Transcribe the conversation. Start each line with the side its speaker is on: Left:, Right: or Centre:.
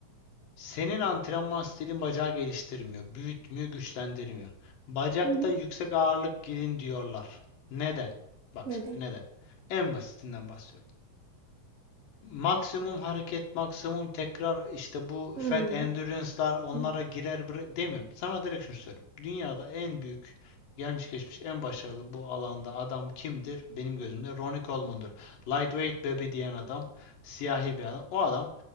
Left: Senin antrenman stilin bacağı geliştirmiyor, büyütmüyor, güçlendirmiyor. Bacakta
Right: mhm.
Left: yüksek ağırlık girin diyorlar. Neden? Bak
Right: Neden?
Left: şimdi neden? En basitinden bahsediyorum. Maksimum hareket, maksimum tekrar işte bu
Right: Hmm,
Left: fat endurance'lar onlara
Right: mhm.
Left: girer bre- demiyorum. Sana direkt şunu söylüyorum. Dünyada en büyük gelmiş geçmiş en başarılı bu alanda adam kimdir? Benim gözümde Ronnie Coleman'dır. Lightweight baby diyen adam, siyahi bir adam. O adam